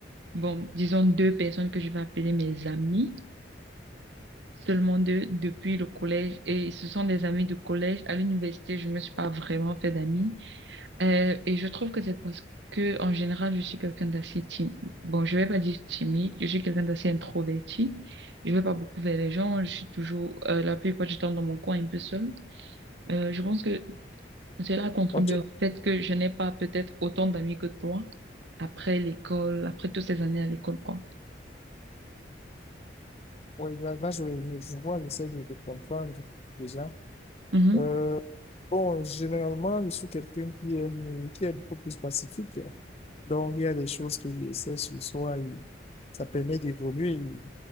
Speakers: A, on the right (about 75°); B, on the left (about 35°).
A: bon, disons deux personnes que je vais appeler mes amis, seulement deux depuis le collège. Et ce sont des amis du collège. À l'université, je me suis pas vraiment fait d'amis. Euh, et je trouve que c'est parce que, en général, je suis quelqu'un d'assez timide. Bon, je vais pas dire timide, je suis quelqu'un d'assez introverti. Je vais pas beaucoup vers les gens, je suis toujours, euh, la plupart du temps dans mon coin, un peu seule. Euh, je pense que cela contribue
B: Ok.
A: au fait que je n'ai pas peut-être autant d'amis que toi après l'école, après toutes ces années à l'école, quoi.
B: Oui, là, là, je, je, je vois, j'essaie de, de comprendre déjà.
A: Mhm.
B: Euh, bon, généralement, je suis quelqu'un qui aime, qui est beaucoup plus pacifique. Donc, il y a des choses que j'essaie sur soi et ça permet d'évoluer. et